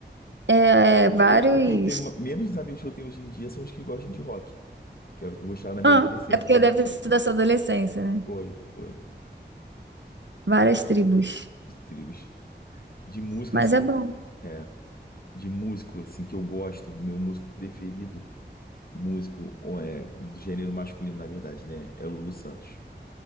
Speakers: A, on the right; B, on the left.
A: É, é, vários.
B: Hoje, o que eu tenho, ma- menos amigos que eu tenho hoje em dia são os que gostam de rock, que era o que eu gostava na minha
A: Ah,
B: adolescência.
A: é porque deve ter sido da sua adolescência, né?
B: Foi, foi.
A: Várias tribos.
B: tribos. De música,
A: Mas
B: assim,
A: é bom.
B: é, de músico, assim, que eu gosto, meu músico preferido, músico ó, é, do gênero masculino, na verdade, né? É o Lulu Santos,